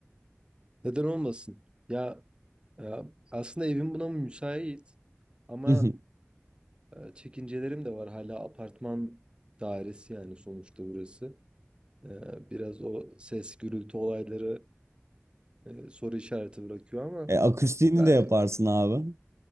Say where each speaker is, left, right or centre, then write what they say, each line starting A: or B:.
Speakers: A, on the right; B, on the right.
A: Neden olmasın? Ya, ya aslında evim buna müsait ama
B: <laughs> Hı
A: Ee, Çekincelerim de var. Hala apartman dairesi yani sonuçta burası. Ee, Biraz o ses gürültü olayları e, soru işareti bırakıyor ama
B: E, akustiğini
A: ben
B: de yaparsın abi.